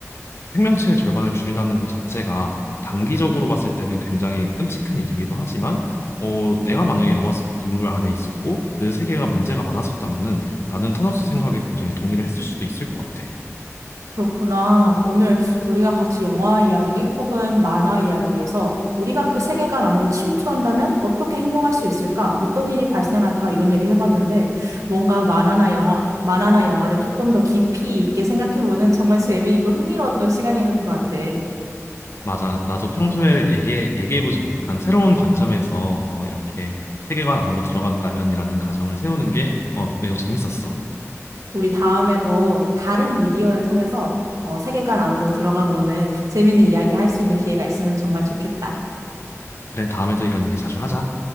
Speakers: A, on the left; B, on the right.
A: 생명체의 절반을 줄인다는 것 자체가 단기적으로 봤을 때는 굉장히 끔찍한 일이기도 하지만, 어, 내가 만약에 영화 스- 인물 안에 있었고 그 세계가 문제가 많았었다면은 나는 타노스 생각에 굉장히 동의를 했을 수도 있을 것 같아.
B: 그렇구나. 오늘 우리가 같이 영화 이야기 혹은 만화 이야기에서 우리가 그 세계관 안으로 침투한다면 어떻게 행동할 수 있을까? 어떤 일이 발생할까? 이런 얘기를 해봤는데 뭔가 만화나 영화, 만화나 영화를 조금 더 깊이 있게 생각해보는 정말 재미있고 흥미로웠던 시간이었던 것 같아.
A: 맞아. 나도 평소에 얘기해, 얘기해보지 못한 새로운 관점에서 어, 이렇게 세계관 안으로 들어간다면이라는 가정을 세우는 게 어, 매우 재밌었어.
B: 우리 다음에도 다른 미디어를 통해서 어, 세계관 안으로 들어가 보는 재미있는 이야기 할 수 있는 기회가 있으면 정말 좋겠다.
A: 그래, 다음에도 이런 얘기 자주 하자.